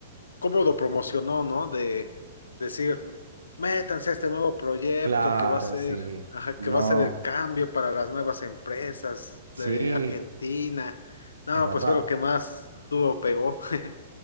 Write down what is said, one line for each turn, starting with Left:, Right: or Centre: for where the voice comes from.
Left: cómo lo promocionó, ¿no? De decir, métanse a este nuevo proyecto
Right: Claro,
Left: que va a ser,
Right: sí.
Left: ajá,
Right: No,
Left: que va a ser el cambio para las nuevas empresas
Right: sí,
Left: de Argentina. No,
Right: es verdad.
Left: pues fue lo que más duro pegó. <laughs>